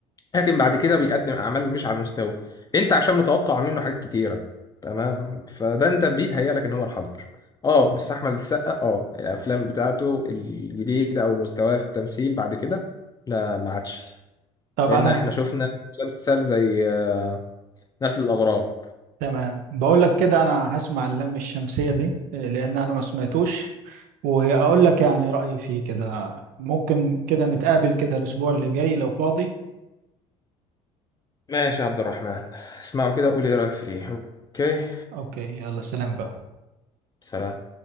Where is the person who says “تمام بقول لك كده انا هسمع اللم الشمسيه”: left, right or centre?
Right